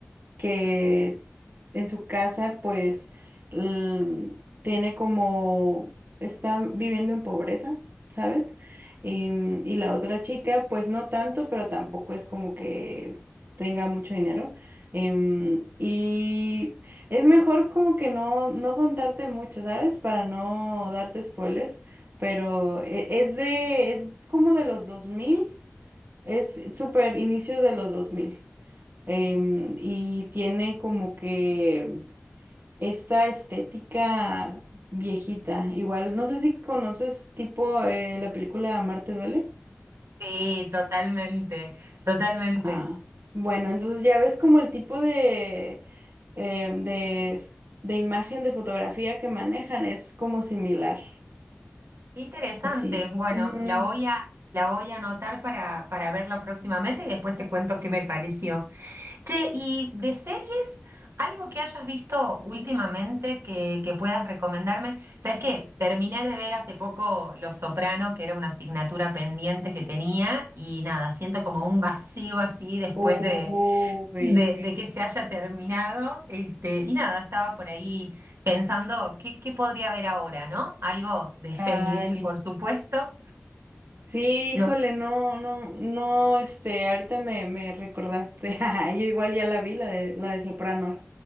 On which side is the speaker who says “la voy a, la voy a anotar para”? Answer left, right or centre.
Right